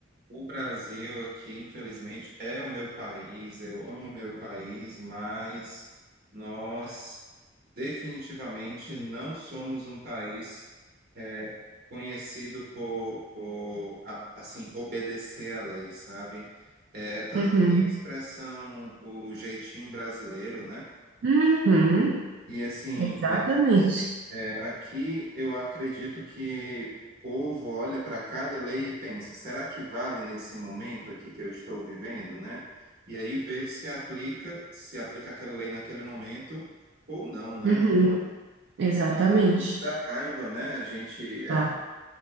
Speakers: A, on the right; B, on the right.
A: o Brasil aqui, infelizmente, é o meu país, eu amo o meu país, mas nós definitivamente não somos um país é, conhecido por, por, a- assim, obedecer à lei, sabe? É, é tanto
B: Uhum.
A: que tem a expressão o jeitinho brasileiro, né?
B: Uhum.
A: E assim,
B: Exatamente.
A: é, aqui eu acredito que o povo olha para cada lei e pensa, será que vale nesse momento aqui que eu estou vivendo, né? E aí vê se aplica, se aplica aquela lei naquele momento ou não, né?
B: Uhum. Exatamente.
A: Às vezes dá raiva, né? A gente é,
B: Tá.